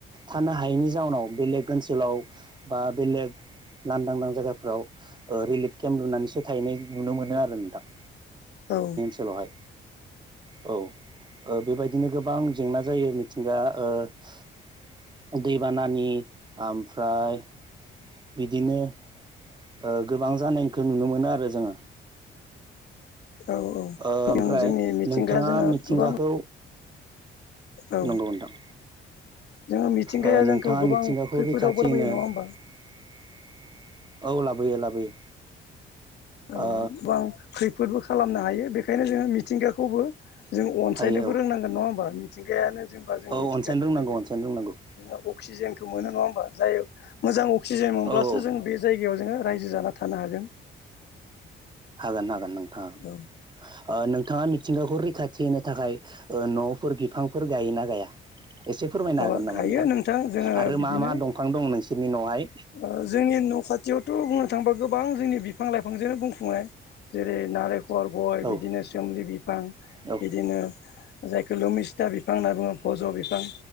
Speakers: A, on the right; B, on the left.
A: थानो हायैनि जाउनाव बेलेग ओनसोलाव बा बेलेग लांदांदां जायगाफोराव ओ रिलिप केम्प लुनानैसो थाहैनाय नुनो मोनो आरो नोंथां।
B: औ।
A: सोलावहाय औ। ओ बेबायदिनो गोबां जेंना जायो मिथिंगा ओ दैबानानि आमफ्राय बिदिनो ओ गोबां जानायखो नुनो मोनो आरो जोङो।
B: औ औ
A: ओ ओमफ्राय
B: जों जोंनि मिथिंगाया
A: नोंथाङा
B: जोङो
A: मिथिंगाखौ
B: गोबां औ
A: नंगौ नोंथां।
B: जोङो मिथिंगाया
A: ओ नोंथाङा
B: जोंखौ गोबां
A: मिथिंगाखौ
B: खैफोदावबो
A: रैखाथि
B: लाबोयो
A: होनो
B: नङा होमबा
A: <inaudible> औ लाबोयो लाबोयो।
B: औ
A: ओ
B: गोबां खैफोदबो खालामनो हायो बेखायनो जोङो मिथिंगाखौबो जों अनसायनोबो
A: हायो औ
B: रोंनांगोन नङा होमबा मिथिंगायानो जेनबा जों
A: औ
B: मिथिंगानिफ्रायनो
A: अनसायनो रोंनांगौ अनसायनो रोंनांगौ
B: जों अक्सिजेनखौ मोनो नङा होनबा जाय मोजां अक्सिजेन मोनब्लासो
A: औ औ
B: जों बे जायगायाव जोङो रायजो जाना थानो हागोन।
A: होगोन हागोन नोंथां।
B: औ
A: ओ नोंथाङा मिथिंगाखौ रैखा थि होनो थाखाय ओ न'फोर बिफांफोर गायोना गाया? एसे फोरमायनो
B: माबा
A: हागोन नामा
B: गायो
A: नोंथां
B: जोङो
A: आरो
B: बिदिनो
A: मा मा दमफां दं नोंसोरनि न'हाय?
B: ओ जोंनि न' खाथियावथ' बुंनो थांबा गोबां जोंनि बिफ फां लाइफांजों बुंफुनाय जेरै नारें खर, गय
A: होदो
B: बिदिनो
A: औ
B: सोमलि बिफां
A: औ
B: बिदिनो जायखोल' मिस था, बिफां होनना बुङो भज' बिफां